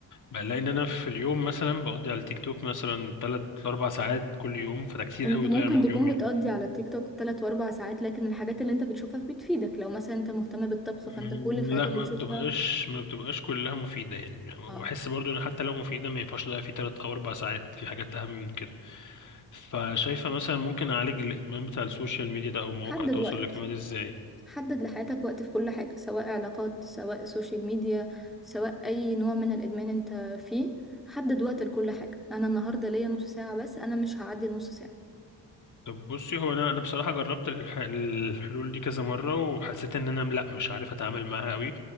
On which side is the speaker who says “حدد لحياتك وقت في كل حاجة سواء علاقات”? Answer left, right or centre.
Centre